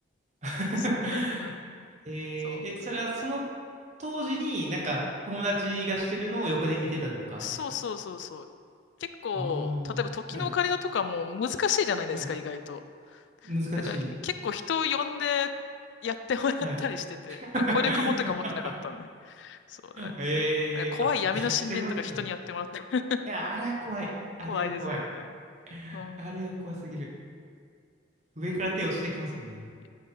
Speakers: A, on the right; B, on the left.
A: <laughs>
B: そう。<laughs>
A: えーえ、
B: そ
A: それはその当時になんか友達がしてるのを横で見てたとかですか
B: う。そうそうそうそう。結構、
A: ああー、
B: 例えば時のオカリナとかも難しいじゃないですか、
A: はい、はい。
B: 意外と。
A: 難しい。
B: だからけ結構人を呼んでやってもらったりしてて、
A: はい。<laughs>
B: あの攻略本とか持ってなかったんで。そう。なんかなんか怖い闇の神殿とか人にやってもらって。
A: えー、あ、やってもらってたんだ。い
B: <laughs>
A: や、あれは怖い。あれは怖い。
B: 怖いですよね。うん。
A: あれは怖すぎる。上から手落ちてきますもんね。
B: いや